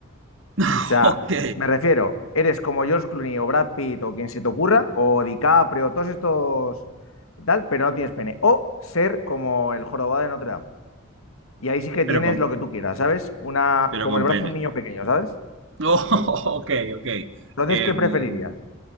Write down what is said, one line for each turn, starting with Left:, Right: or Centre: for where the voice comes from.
Right: <laughs>
Left: O sea,
Right: ok,
Left: me refiero, eres como George Clooney o Brad Pitt o quien se te ocurra, o DiCaprio, todos estos y tal, pero no tienes pene. O ser como el jorobado de Notre Dame. Y ahí sí que
Right: pero
Left: tienes
Right: con,
Left: lo que tú quieras, ¿sabes? Una,
Right: pero
Left: como
Right: con
Left: el brazo
Right: pene.
Left: de un niño pequeño, ¿sabes?
Right: No, <laughs> ok, ok.
Left: Entonces,
Right: Em,
Left: ¿qué preferirías?